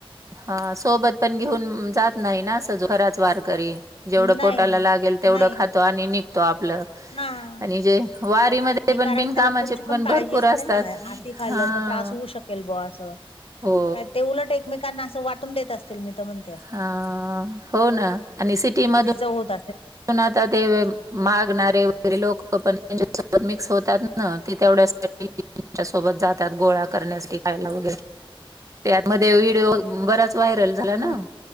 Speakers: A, on the right; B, on the left.
A: हा, सोबत पण घेऊन जात नाही ना, सज घराच वारकरी. जेवढं
B: नाही,
A: पोटाला लागेल तेवढं
B: नाही.
A: खातो, आणि निघतो आपलं.
B: हां.
A: आणि जे वारीमध्ये
B: नाही
A: पण
B: कारण
A: बिनकामाचे
B: त्याला पुढची पण काळजी
A: भरपूर
B: असते
A: असतात.
B: ना, आटी खाल्लं
A: हा
B: तर त्रास होऊ शकेल ब असं.
A: हो
B: काय ते उलट एकमेकांना असं वाटून देत असतील, मी तर म्हण
A: हा, हो ना, आणि सिटी मध
B: चौद
A: ना त्यात ते मागणारे वगैरे लोक पण त्यांच्या सोबत मिक्स होतात ना, ते तेवढ्यासाठी त्यांच्या सोबत जातात, गोळा करण्यास, विकायला वगैरे, त्यात मधे विडीओ बराच व्हायरल झाला ना,
B: हम्म